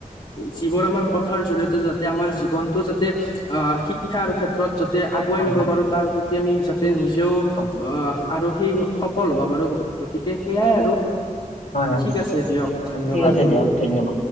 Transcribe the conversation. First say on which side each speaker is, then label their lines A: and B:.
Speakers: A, on the left; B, on the left.
A: যিবোৰ আমাৰ প্ৰথাৰ জৰিয়তে যাতে আমাৰ জীৱনটো যাতে আ, শিক্ষাৰ ক্ষেত্ৰত যাতে তাতে আগুৱাই নিব
B: হয়
A: পাৰো, তাৰ প্ৰতি আমি যাতে নিজেও
B: হয়
A: আহ। আৰু সেই সফল হব বাৰু গতিকে সেইয়াই আৰু।
B: হয়
A: ঠিক আছে দিয়ক
B: হয়
A: ধন্যবাদ।
B: ঠিক আছে দিয়ক ধন্যবাদ